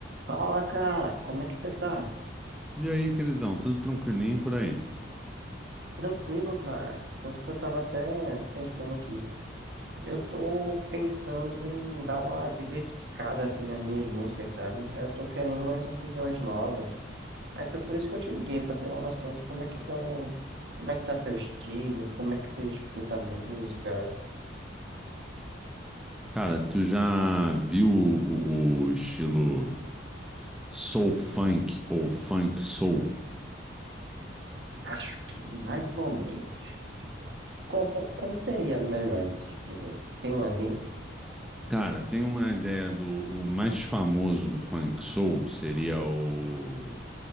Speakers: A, on the right; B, in the centre.
A: Fala, cara, como é que você tá?
B: E aí, queridão, tudo tranquilinho por aí?
A: Tranquilo, cara. Tanto que eu tava até pensando aqui. Eu tô pensando em dar uma diversificada assim nas minhas músicas, sabe? Eu tô querendo umas opiniões novas. Aí foi por isso que eu te liguei, pra ter uma noção de como é que tão, como é que tá teu estilo, como é que você escuta a música.
B: Cara, tu já viu o, o- estilo soul funk ou funk soul?
A: Acho que mais ou menos. Como, como seria melhor esse estilo? Tem um exemplo?
B: Cara, tem uma ideia do o mais famoso do funk soul seria o,